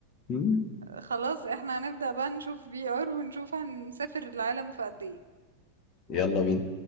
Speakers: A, on the left (about 35°); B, on the right (about 70°).
A: مم.
B: خلاص احنا هنبدأ بقى نشوف في ار ونشوف هنسافر العالم في قد ايه
A: يلا بينا